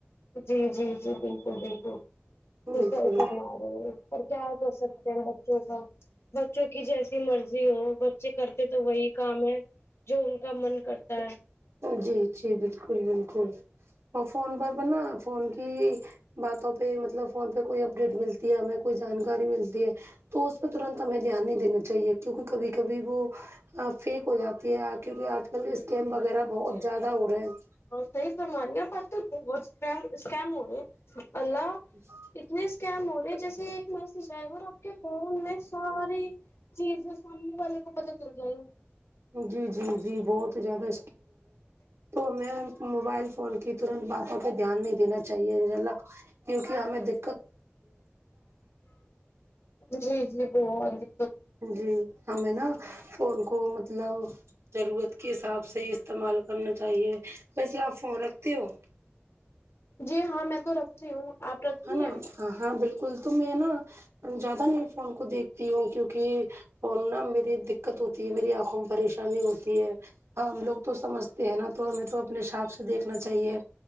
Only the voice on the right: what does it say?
بالکل
جی جی بالکل بالکل اور فون پر بننا فون کی باتوں پہ مطلب فون پہ کوئی اپڈیٹ ملتی ہے ہمیں کوئی جانکاری ملتی ہے تو اس پہ ترنت ہمیں دھیان نہیں دینا چاہیے کیونکہ کبھی کبھی وہ فیک ہو جاتی ہے کیونکہ آج کل اسکیم وغیرہ بہت زیادہ ہو رہے ہیں
جچا
جی جی جی بہت زیادہ تو میں موبائل فون کی ترنت باتوں پہ دھیان نہیں دینا چاہیے انشاء اللہ کیونکہ ہمیں دے
جی ہمیں نا فون کو مطلب ضرورت کے حساب سے ہی استعمال کرنا چاہیے ویسے آپ فون رکھتے ہو
ہے نا
ہاں بالکل تو میں نا زیادہ میرے فون کو دیکھتی ہوں کیونکہ فون نہ میری دقت ہوتی ہے میری آنکھوں میں پریشانی ہوتی ہے ہم لوگ تو سمجھتے ہیں نا تو ہمیں تو اپنے حساب سے دیکھنا چاہیے